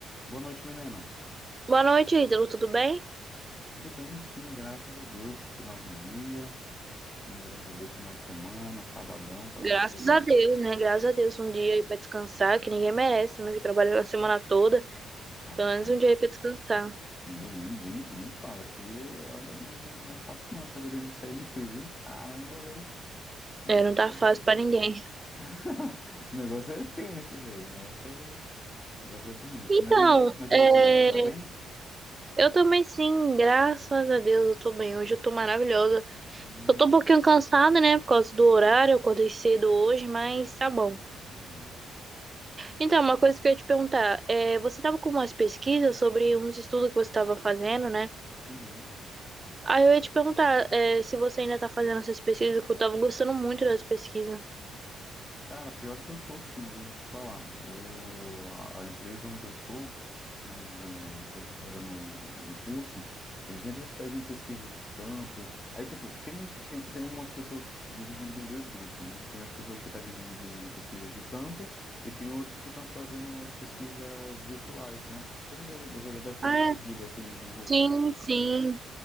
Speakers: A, on the left; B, on the right.
A: Boa noite, Milena.
B: Boa noite, Ítalo. Tudo bem?
A: Tudo bem? Sim, graças a Deus. Final de dia, né? Graças a Deus, final de semana, um sabadão para
B: Graças
A: poder.
B: a Deus, né? Graças a Deus, um dia aí pra descansar, que ninguém merece, também que trabalhou a semana toda,
A: Rapaz,
B: pelo menos um dia aí pra descansar.
A: meu, nem, nem, nem fala que, olha, não, não, não é fácil não essa vida de CLT, viu? Caramba, velho. O
B: É,
A: negócio
B: não tá
A: é...
B: fácil pra ninguém.
A: <laughs> o negócio é tenso, velho. O negócio é... o negócio é sinistro.
B: Então,
A: Mas e, você- mas
B: é,
A: e você? Você tá bem?
B: eu também sim, graças a Deus eu tô bem. Hoje eu tô maravilhosa.
A: Hum,
B: Eu tô um pouquinho cansada, né, por causa do horário, eu acordei cedo hoje, mas tá bom.
A: entendi.
B: Então, uma coisa que eu ia te perguntar, é, você tava com umas pesquisas sobre uns estudos que você tava fazendo, né?
A: Uhum.
B: Aí eu ia te perguntar, é, se você ainda tá fazendo essas pesquisas, que eu tava gostando muito das pesquisas.
A: Cara, pior que eu tô sim, viu? Te falar. Eu, a, a empresa onde eu tô, né, é, que eu tô fazendo o, o curso, eles sempre pedem pesquisa de campo. Aí, tipo, tem, uns que- tem, tem algumas pessoas divididas em dois grupos, né? Tem as pessoas que estão tá divididas em pesquisa de campo e tem outras que estão fazendo as pesquisas virtuais, né? Você já, já deve ter
B: Ah,
A: recebido aquele Google
B: sim,
A: Forms,
B: sim.
A: né?